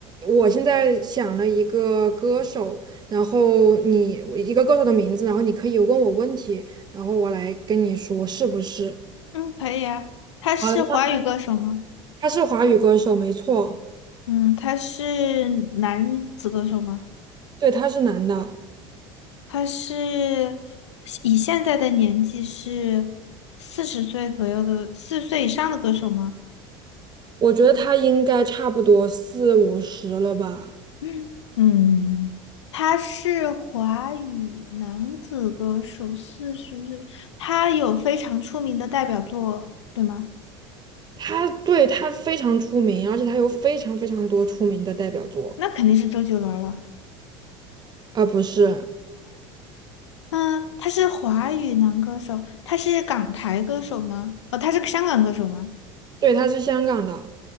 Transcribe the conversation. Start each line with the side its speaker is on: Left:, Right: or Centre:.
Right: 我现在想了一个歌手，然后你我一个歌手的名字，然后你可以问我问题，然后我来跟你说是不是？
Left: 嗯可以啊。他是华语歌手吗？
Right: 好的，那好他是华语歌手，没错，
Left: 嗯，他是男子歌手吗？
Right: 对，他是男的，
Left: 他是以现在的年纪是四十岁左右的，四十岁以上的歌手吗？
Right: 我觉得他应该差不多四五十了吧。
Left: <clears throat> 嗯，嗯，他是华语男子歌手，四十岁，他有非常出名的代表作，对吗？
Right: 他对他非常出名，而且他有非常非常多出名的代表作，
Left: 那肯定是周杰伦了。
Right: 啊，不是，
Left: 嗯，他是华语男歌手，他是港台歌手吗？哦，他是个香港歌手吗？
Right: 对，他是香港的，